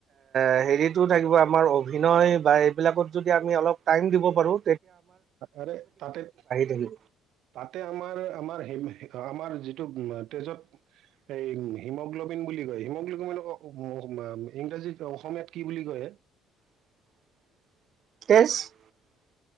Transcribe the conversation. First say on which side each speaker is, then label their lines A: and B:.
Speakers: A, on the right (about 55°); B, on the right (about 75°).
A: এ হেৰিটো থাকিব আমাৰ অভিনয় বা এইবিলাকত যদি আমি অলপ টাইম দিব পাৰোঁ
B: আৰে তাতে-তাতে
A: থাকিব
B: আমাৰ, আমাৰ-আমাৰ যিটো <unintelligible> তেজত এই হিমগ্লবিন বুলি কয় হিমগ্লবিন ইংৰাজীত অসমীয়াত কি বুলি কয় হে?
A: <unintelligible>